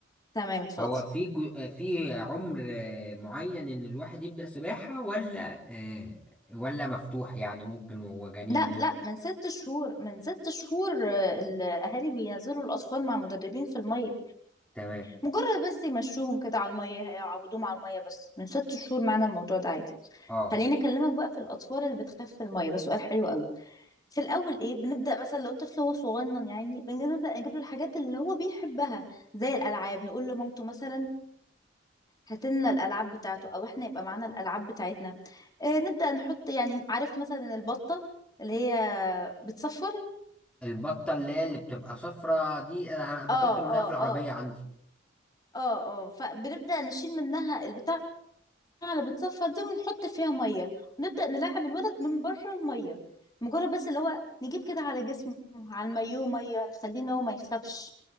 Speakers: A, on the left (about 20°); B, in the centre.
A: تمام اتفضل
B: هو في جو... في عمر آه، معين ان الواحد يبدأ سباحة ولا آه، ولا مفتوح يعني ممكن وهو جنين
A: لا
B: ي-
A: لا من ست شهور من ست شهور آه، الاهالي بينزلوا الاطفال مع مدربين في الميه
B: تمام
A: مجرد بس يمشوهم كده على الميه هيعودوهم على الميه بس من ست شهور معنا الموضوع ده عادي
B: اه
A: خليني اكلمك بقى في الاطفال اللي بتخاف في الميه ده سؤال حلو قوي في الاول ايه بنبدا مثلا لو الطفل هو صغنن يعني بنبدا نجيب له الحاجات اللي هو بيحبها زي الالعاب نقول لمامته مثلا هات لنا الالعاب بتاعته او احنا يبقى معانا الالعاب بتاعتنا آه نبدا نحط يعني عارف مثلا البطه اللي هي بتصفر
B: البطة اللي هي اللي بتبقى صفرة دي انا بحط
A: اه
B: منها
A: اه
B: في العربية
A: اه
B: عندي
A: اه اه فبنبدا نشيل منها البتاع على بتصفى دي ونحط فيها ميه ونبدأ نلاعب الولد من بره الميه مجرد بس اللي هو نجيب كده على جسمه على المايوه ميه نخليه إن هو ما يخافش